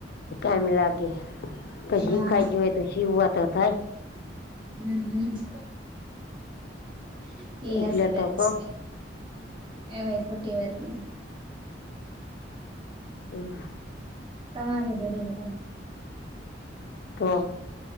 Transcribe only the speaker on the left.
આમાં <unintelligible> <unintelligible>
શીખાઈ જ હોય તો શીવવા તો થાય.
એટલે
તો કઉ
હમ.
તો.